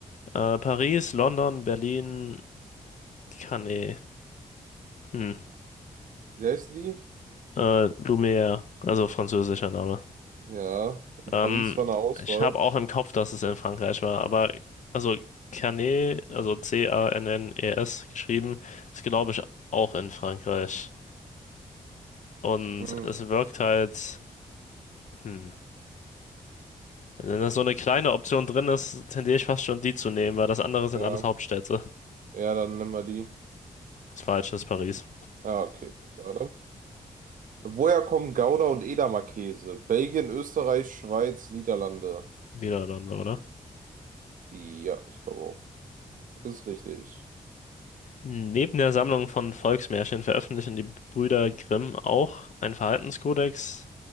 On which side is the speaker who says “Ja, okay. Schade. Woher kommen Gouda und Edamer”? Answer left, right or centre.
Right